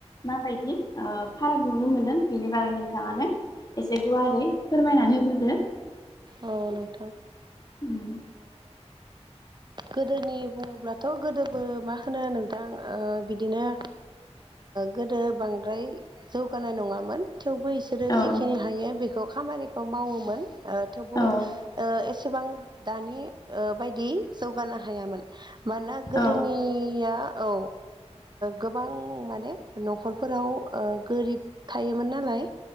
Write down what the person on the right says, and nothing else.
औ नोंथां
गोदोनि बुङोब्लाथ' गोदोबो मा होनो नोंथां बिदिनो गोदो बांद्राय जौगानाय नङामोन थेवबो बिसोरो
जिखिनि हायो बे खौ खामानिखौ मावोमोन थेवबो
एसेबां दानि बायदि जौगानो हायामोन मानोना गोदोनिया
औ गोबां माने न'खरफोराव गोरिब थायोमोन नालाय